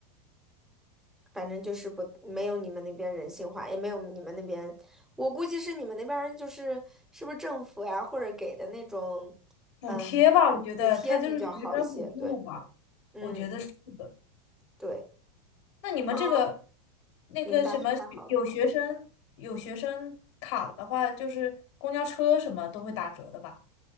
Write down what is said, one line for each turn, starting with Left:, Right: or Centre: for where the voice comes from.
Centre: 反正就是不，没有你们那边人性化，也没有你们那边，我估计是你们那边儿就是是不是政府呀，或者给的那种，
Left: 补贴吧，
Centre: 嗯，
Left: 我觉得它就是学生补助吧，
Centre: 补贴比较好一些。对，嗯，
Left: 我觉得是的。
Centre: 对，
Left: 那你们这个
Centre: 嗯，
Left: 那个什么学，
Centre: 你们大学太好了。
Left: 有学生有学生卡的话，就是公交车什么都会打折的吧？